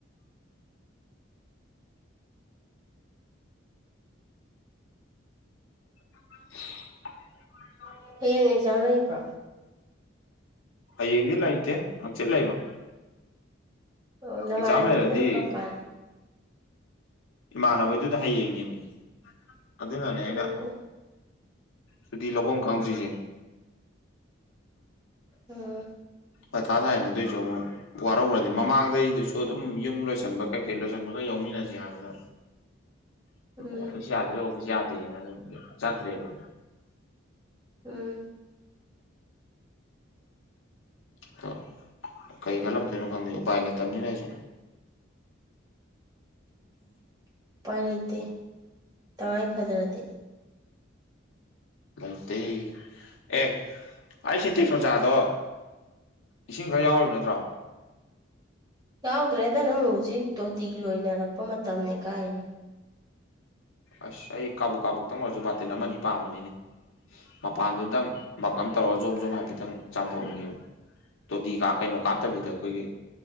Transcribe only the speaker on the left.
<unintelligible>
ꯍꯌꯦꯡꯗꯤ ꯂꯩꯇꯦ ꯍꯥꯡꯆꯤꯠ ꯂꯩꯕ
ꯑꯦꯛꯖꯥꯝ ꯂꯩꯔꯗꯤ
ꯏꯃꯥꯟꯅꯕꯗꯨꯅ ꯍꯌꯦꯡꯅꯦꯃꯤ ꯑꯗꯨꯅꯅꯦ ꯑꯩꯅ
ꯁꯨꯇꯤ ꯂꯧꯕꯝ ꯈꯪꯗ꯭ꯔꯤꯁꯦ
ꯃꯊꯥ ꯁꯥꯏꯅ ꯑꯗꯨꯏꯁꯨ ꯑꯃꯨꯛ ꯋꯥꯔꯧꯒ꯭ꯔꯗꯤ ꯃꯃꯥꯡꯗ ꯑꯩꯗꯨꯁꯨ ꯑꯗꯨꯝ ꯌꯨꯝ ꯂꯣꯏꯁꯤꯟꯕ ꯀꯩ ꯀꯩ ꯂꯣꯏꯁꯤꯟꯕ ꯈꯔ ꯌꯥꯎꯃꯤꯟꯅꯁꯤ ꯍꯥꯏꯕꯗ <inaudible>
ꯌꯥꯗ꯭ꯔꯥ ꯑꯣꯐꯤꯁ ꯌꯥꯗꯦꯅ ꯑꯗꯨꯝ ꯆꯠꯇ꯭ꯔꯦꯕ
ꯑꯗꯣ ꯀꯔꯤ ꯈꯜꯂꯝꯗꯣꯏꯅꯣ ꯈꯪꯗꯦ ꯎꯄꯥꯏ ꯂꯩꯇꯕꯅꯤꯅ ꯑꯩꯁꯨ
ꯂꯩꯇꯦ ꯑꯦ ꯑꯩ ꯁꯤꯟꯇꯦꯛꯁ ꯃꯆꯥꯗꯣ ꯏꯁꯤꯡ ꯈꯔ ꯌꯥꯎꯔꯤꯕ ꯅꯠꯇ꯭ꯔꯣ
ꯑꯁ ꯑꯩ ꯀꯥꯕꯣꯛ ꯀꯥꯕꯣꯛꯇꯪ ꯑꯣꯏꯔꯁꯨ ꯕꯥꯇꯤꯟ ꯑꯃ ꯑꯅꯤ ꯄꯥꯝꯕꯅꯤꯅꯦ ꯃꯄꯥꯟꯗꯨꯗꯪ ꯃꯛ ꯑꯃ ꯇꯧꯔꯒ ꯖꯣꯕ ꯖꯣꯕ ꯍꯥꯏꯐꯦꯠꯇꯪ ꯆꯥꯝꯊꯣꯛꯅꯤꯡꯉꯦꯕ ꯇꯣꯇꯤ ꯀꯥꯞ ꯀꯩꯅꯣ ꯀꯥꯞꯇꯕꯤꯗ ꯑꯩꯈꯣꯏꯒꯤ